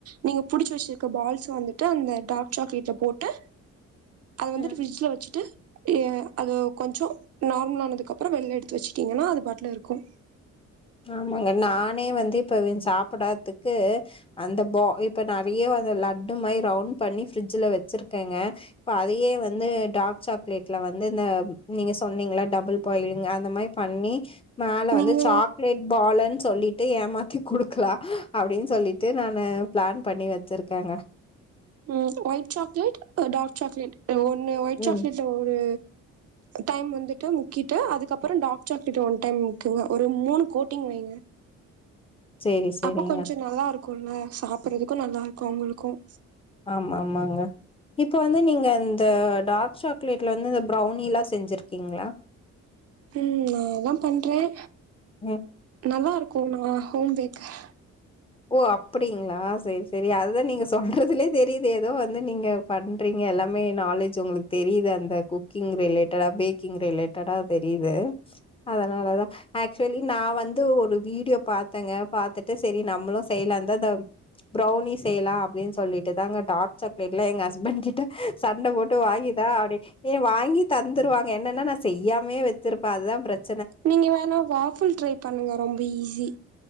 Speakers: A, on the right; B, on the left.
A: நீங்க புடிச்ச வச்சிருக்க பால்ஸ் வந்துட்டு அந்த டார்க் சாக்லேட்ல போட்டு அது
B: ம்
A: வந்துட்டு ஃபிரிட்ஜில வச்சிட்டு அது கொஞ்ச நார்மல் ஆனதுக்கு அப்பறம் வெளில எடுத்து வச்சட்டீங்கன்னா அது பாட்டுல இருக்கும்
B: ஆமாங்க நானே வந்து இப்ப சாப்பிடாதுக்கு அந்த இப்ப நிறைய அ லட்டு மாதிரி ரவுண்ட் பண்ணி ஃபிரிட்ஜ்ல வச்சிருக்கேங்க இப்ப அதயே வந்து டார்க் சாக்லேட்ல வந்து இந்த நீங்க சொன்னீங்கள டபுள் பாயிளிங் அந்த மாரி பண்ணி மேல வந்து
A: நீங்க
B: சாக் பாலுன் சொல்லிட்டு ஏமாத்தி குடுக்கலாம் அப்படின்னு சொல்லிட்டு நான பிளான் பண்ணி வச்சிருக்கேங்க
A: உம் வைட் சாக்லேட் டார்க் சாக்லேட் ஒன்னு ஒயிட்
B: ம்
A: சாக்லேட்ல ஒரு டைம் வந்துட்டு முக்கிட்டு அதுக்கப்பறம் டார்க் சாக்லெட் ஒன் டைம் முக்குங்க ஒரு மூணு கோட்டிங் வைங்க
B: சரி சரிங்க.
A: அப்ப கொஞ்சோ நல்லா இருக்கும்ல சாப்டுறதுக்கும் நல்லா இருக்கும் அவங்களுக்கும்
B: ஆமா ஆமாங்க இப்ப வந்து நீங்க இந்த டார்க் சாக்லேட்ல வந்து இந்த ப்ரௌனி எல்லா செஞ்சிருக்கீங்களா
A: உஹம் நா எல்லா பண்றேன்
B: ம்
A: நல்லா இருக்கும்னா ஹோம் பேக்கர் ஹ
B: ஓ அப்டிங்களா சரி சரி அதுதான் நீங்க சொல்றதுலே தெரியுது ஏதோ வந்து நீங்க பண்றீங்க எல்லாமே நாலேஜ் உங்களுக்கு தெரியுது அந்த குக்கிங் ரிலேட்டடா பேக்கிங் ரிலேட்டடா தெரியுது அதனாலதான் ஆக்சுவலி நான் வந்து ஒரு வீடியோ பாத்தங்க பாத்துட்டு சரி நம் மளும் செய்யலாம்ந்த பிரவுனி செய்யலாம் அப்படின்னு சொல்லிட்டுதான் டார்க் சாக்லேட் எல்லா என ஹஸ்பேண்ட் சண்டை போட்டு வாங்கித்தா வாங்கி தந்துருவாங்க என்னன்னா நான் செய்யாமே வச்சிருப்பேன் அதுதான் பிரச்
A: நீங்க வேணா வாஃபுல் டரைப் பண்ணுங்க ரொம்ப ஈஸி